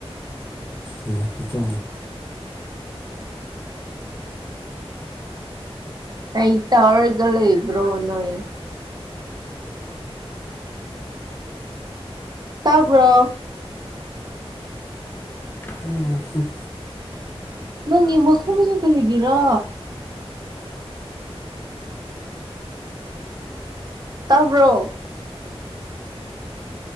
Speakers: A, on the left; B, on the right.
A: ꯌꯦꯉꯛꯀꯦꯀꯣ
B: ꯀꯩ ꯇꯥꯎꯔꯒ ꯂꯩꯕ꯭ꯔꯣ ꯅꯣꯏ ꯇꯥꯕ꯭ꯔꯣ
A: ꯎꯝ ꯍꯨꯝ
B: ꯅꯪꯒꯤ ꯃꯈꯣꯡꯁꯦ ꯀꯔꯤꯒꯤꯔꯣ ꯇꯥꯕ꯭ꯔꯣ